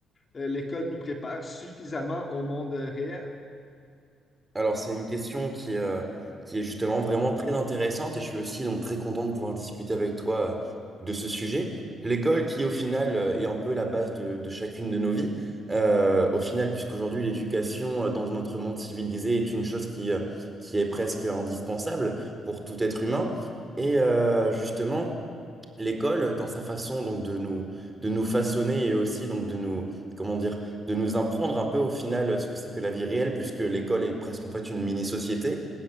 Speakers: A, on the left (about 35°); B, on the right (about 20°).
A: euh, l'école nous prépare suffisamment au monde réel?
B: Alors, c'est une question qui, euh, qui est justement vraiment très intéressante et je suis aussi donc très content de pouvoir discuter avec toi euh, de ce sujet. L'école qui, au final, euh, est un peu la base de, de chacune de nos vies. Euh, au final, puisqu'aujourd'hui, l'éducation euh, dans notre monde civilisé est une chose qui, euh, qui est presque indispensable pour tout être humain. Et euh, justement, l'école, dans sa façon donc de nous, de nous façonner et aussi donc de nous, comment dire, de nous apprendre un peu au final ce que c'est que la vie réelle, puisque l'école est presque en fait une mini-société,